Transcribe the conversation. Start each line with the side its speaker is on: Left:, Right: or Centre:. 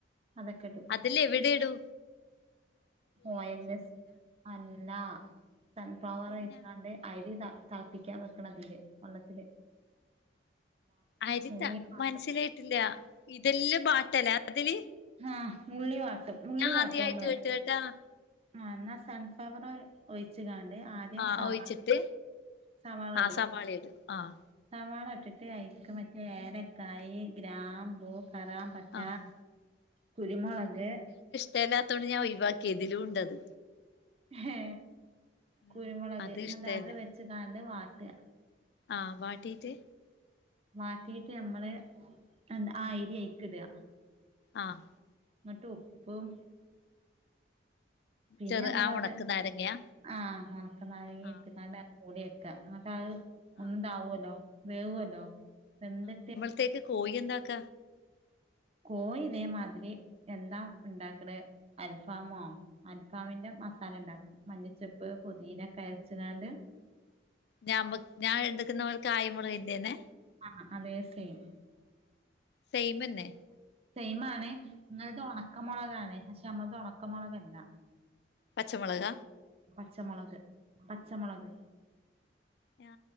Right: അതൊക്കെ ഇടും
Left: അതിലെവിടെടൂ
Right: ഒ എൻ സ് അന്ന സൺഫ്ലവറ്
Left: പിന്നെ
Right: ഒയിച്ച്ങ്ങാണ്ട് അരിതാ തൾപ്പിക്കാൻ വെക്കണതില് വള്ളത്തില്
Left: അരിട്ട
Right: ഉള്ളി വാട്ടും
Left: മനസ്സിലൈട്ടില്യാ ഇതെല്ലം ബാറ്റ്ലാ അതില്
Right: ആഹ് ഉള്ളി വാട്ടും ഉള്ളി
Left: ഞാ
Right: വാട്ടും
Left: ആദ്യായിട്ട്
Right: നമ്മള്
Left: ഏട്ട് ട്ടാ
Right: ആഹ് ഇന്ന സൺഫ്ലവർ ഒ ഒയിച്ച്കാണ്ട് ആദ്യം
Left: ആഹ്
Right: സവാ
Left: ഒഴിച്ചിട്ട്
Right: സവാള
Left: ആഹ്
Right: ടും
Left: സവാള ഇടും ആഹ്
Right: സവാള ഇട്ട്ട്ട് ഐക്ക് മറ്റേ ഏലക്കായി ഗ്രാമ്പൂ കറാം പട്ട
Left: ആഹ്
Right: കുരുമുളക്
Left: തെലാതോണ്ട് ഞാ ഒയ് വാക്കി ഇതിലൂണ്ടത്
Right: ഹേ
Left: ഉം
Right: കുരുമുളക്
Left: അത്
Right: ഇങ്ങണ്ട്
Left: ഇഷ്ടല്ല
Right: അത് വെച്ച്കാണ്ട് വാട്ട്അ
Left: ആ് വാട്ടീറ്റ്‌
Right: വാട്ടീറ്റ്ഞമ്മള് എന്ത ആ ഐരിഐക്ക്ട്അ
Left: ആഹ്
Right: ന്ട്ട് ഉപ്പും പിന്നെ
Left: ചെറു
Right: അമ്മളത്
Left: ആ ഒണക്ക് നാരങ്ങ
Right: ആഹ് ഒണക്ക നാരങ്ങിട്ട്ക്കാണ്ട്
Left: ആഹ്
Right: ഓടിയക്ക ഇങ്ങട്ടഅഅ് ഒന്ന്
Left: ആഹ്
Right: ണ്ടാവോല്ലോ വേവോല്ലോ വെന്ത്ട്ട്
Left: ത്തേക്ക് കോയി എന്താക്ക
Right: കോയി ഇതേമാതിരി എന്താ ഉണ്ടാക്ക്ണ് അൽഫാമോ അൽഫാമിന്റെ മസാലണ്ടാക്കും മല്ലിച്ചെപ്പ് പൊതീനക്കെ അരച്ച് ങ്ങാണ്ട്
Left: ഞാമക് ഞാഎട്ക്ക്ന്നവർക്ക് ആയിമുറ്കിന്റെന്നെ
Right: ആഹ് അതെ സെയിം
Left: സെെമെന്നേ
Right: സെെമാണ് ഇങ്ങളത് ഒണക്കമൊ ളകാണ് പക്ഷെ അമ്മളത് ഒണക്ക മൊളകല്ല
Left: പച്ചമൊളകാ
Right: പച്ചമൊളക് പച്ചമൊളക്
Left: ഞാ